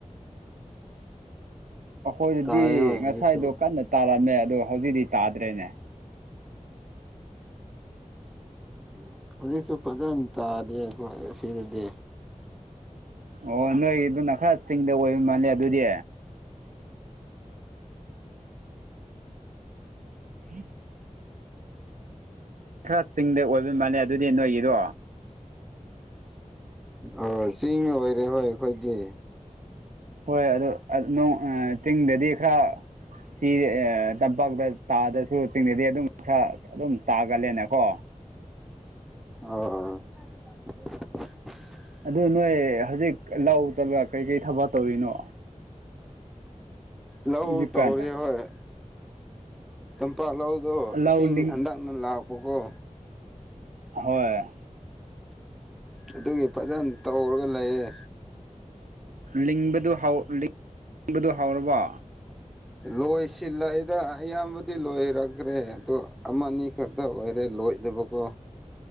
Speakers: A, on the right (about 80°); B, in the centre.
A: ꯑꯩꯈꯣꯏꯗꯗꯤ
B: ꯇꯥꯏꯌꯦ ꯍꯣꯏ
A: ꯉꯁꯥꯏꯗꯣ
B: ꯍꯧꯖꯤꯛꯁꯨ
A: ꯀꯟꯅ ꯇꯥꯔꯝꯃꯦ ꯑꯗꯣ ꯍꯧꯖꯤꯛꯇꯤ ꯇꯥꯗ꯭ꯔꯦꯅꯦ꯫
B: ꯎꯝ ꯍꯧꯖꯤꯛꯁꯨ ꯐꯖꯅ ꯇꯥꯔꯤꯏ ꯑꯈ‌ꯣꯏ ꯑꯁꯤꯗꯗꯤ
A: ꯑꯣ ꯅꯣꯏꯒꯤ ꯑꯗꯨꯅ ꯈꯔ ꯆꯤꯡꯗ ꯑꯣꯏꯕ ꯃꯥꯜꯂꯦ ꯑꯗꯨꯗꯤ꯫ <unintelligible> ꯈꯔ ꯆꯤꯡꯗ ꯑꯣꯏꯕ ꯃꯥꯜꯂꯦ ꯑꯗꯨꯗꯤ ꯅꯣꯏꯒꯤꯗꯣ
B: ꯑꯣ ꯆꯤꯡ ꯑꯣꯏꯔꯦꯕ ꯑꯩꯈꯣꯏꯒꯤ꯫
A: ꯍꯣꯏ ꯑꯗꯨꯗ ꯅ‌ꯣꯡ ꯆꯤꯡꯗꯗꯤ ꯈꯔ ꯁꯤ ꯇꯝꯄꯥꯛꯇ ꯇꯥꯗꯁꯨ ꯆꯤꯡꯗꯗꯤ ꯑꯗꯨꯝ ꯈꯔ ꯑꯗꯨꯝ ꯇꯥꯒꯜꯂꯦꯅꯦꯀꯣ꯫
B: ꯑꯣ
A: ꯑꯗꯨ ꯅꯣꯏ ꯍꯧꯖꯤꯛ ꯂꯥꯎ ꯆꯠꯂ ꯀꯩꯀꯔꯤ ꯊꯕꯛ ꯇꯧꯔꯤꯅꯣ
B: ꯂꯧ
A: ꯍꯧꯖꯤꯛꯀꯥꯟ
B: ꯇꯧꯔꯤ ꯍꯣꯏ꯫ ꯇꯝꯄꯥꯛ ꯂꯧꯗꯣ
A: ꯂꯧ
B: ꯏꯁꯤꯡ
A: ꯂꯤꯡ
B: ꯍꯟꯗꯛꯅ ꯂꯥꯛꯄꯀꯣ꯫
A: ꯍꯣꯏ
B: ꯑꯗꯨꯒꯤ ꯐꯖꯅ ꯇꯧꯔꯒ ꯂꯩꯌꯦ꯫
A: ꯂꯤꯡꯕꯗꯨ ꯍꯧ ꯂꯤꯡꯕꯗꯨ ꯍꯧꯔꯕꯣ?
B: ꯂꯣꯏꯁꯤꯜꯂꯏꯗ ꯑꯌꯥꯝꯕꯗꯤ ꯂꯣꯏꯔꯈ꯭ꯔꯦ ꯑꯗ‌ꯣ ꯑꯃꯅꯤ ꯈꯛꯇ ꯑꯣꯏꯔꯦ ꯂꯣꯏꯗꯕ ꯀꯣ꯫